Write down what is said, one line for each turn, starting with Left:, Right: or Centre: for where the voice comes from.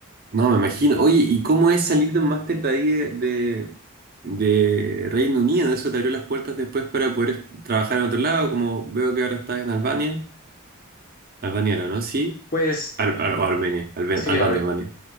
Right: No, me imagino. Oye, ¿y cómo es salir de un máster de ahí de, de, de Reino Unido? ¿Eso te abrió las puertas después para poder est- trabajar en otro lado? Como veo que ahora estás en Albania. Albania era, ¿no? Sí.
Left: Pues
Right: Ar- Ar- o Armenia. Albe-
Left: sí,
Right: Albania,
Left: ahorita,
Right: Albania.